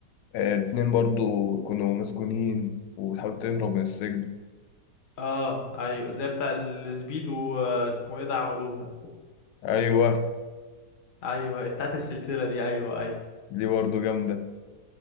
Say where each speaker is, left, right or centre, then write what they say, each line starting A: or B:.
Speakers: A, on the left; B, on the left.
A: الاتنين برضه كانوا مسجونين وبتحاول تهرب من السجن
B: اه ايوه اللي هي بتاع السبيد واسمه ايه ده عملوها
A: ايوه
B: ايوه بتاعت السلسله دي ايوه ايوه
A: دي برضه جامدة